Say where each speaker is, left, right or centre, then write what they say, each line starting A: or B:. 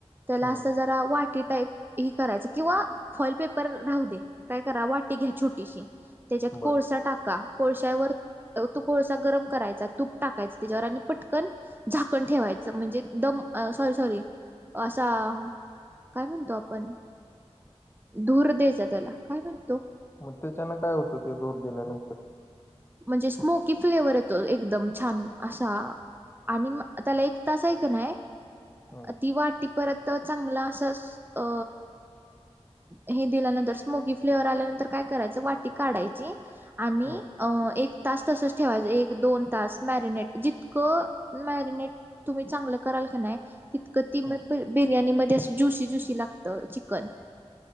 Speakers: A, on the right; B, on the left.
A: त्याला
B: हम्म
A: असं जरा वाटी टाईप. हे करायच किंवा फॉईल पेपर राहू दे काय करा वाटे घ्या छोटीशी. त्याच्यात
B: बर
A: कोळसा टाका कोळश्यावर. तू कोळसा गरम करायचा तूप टाकायचा त्याच्यावर आणि पटकन. झाकण ठेवायचं म्हणजे दम सॉरी सॉरी असा. काय म्हूनतो आपन. धूर द्यायचा त्याला काय म्हणतो.
B: मग त्याच्यानं काय होतं या धोर दिल्यानंतर.
A: म्हणजे स्मोकी फ्लेवर येतो एकदम छान असा. आणि म त्याला एक तास ऐक नाय
B: हम्म
A: ती वाटी. परत चांगलं असं अ. हे दिल्यानंतर स्मोकी फ्लेवर आल्यानंतर काय करायचं वाटी काढायची आणि.
B: हम्म
A: अ एक तास तसच ठेवायचं एक दोन तास मॅरिनेट जितकं मॅरिनेट. तुम्ही चांगलं कराल का नाही. तितकं ती
B: हम्म
A: म बिर्याणी मध्ये अस ज्युशी ज्युशी लागत चिकन.